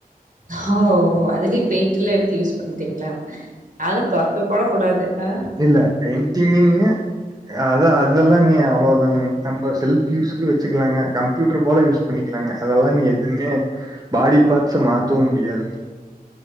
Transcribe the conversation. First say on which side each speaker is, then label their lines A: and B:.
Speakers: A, on the right (about 55°); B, on the right (about 25°).
A: ஹோ அதுலயு பெயிண்ட்டுலா எடுத்து யூஸ் பண்ணிட்டீங்ளா அத தொறக்க கூட கூடாது அ
B: இல்ல பெயிண்டிங்குனு அதா அ இதெல்லா இனி அவ்ளோதானுங்க நம்ம செல்ஃப் யூஸுக்கு வெச்சுக்கலாங்க கம்ப்யூட்டர் போல யூஸ் பண்ணிக் குலாங்க அதெல்லா நீ எதுமே பாடி பாட்ஸ்ச மாத்தவு முடியாதுங்க